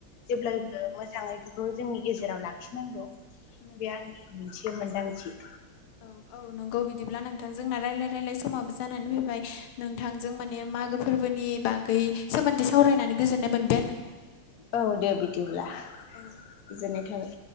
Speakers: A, on the left (about 70°); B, on the left (about 80°).
A: जेब्लायबो
B: औ नंगौ
A: मोजाङै बेखौ जोंनि गेजेराव लाखिनांगौ
B: नंगौ
A: बे आंनि मोनसे मोनदांथि
B: औ औ नंगौ बिदिब्ला नोंथांजोंना रायाय रायल समाबो जानानै फैबाय नोंथांजों माने मागो फोरबोनि बागै सोमोन्दै सावरायनानै गोजोननाय मोनबाय आरो नोंथां
A: औ दे बिदिब्ला
B: औ
A: गोजोननाय थाबाय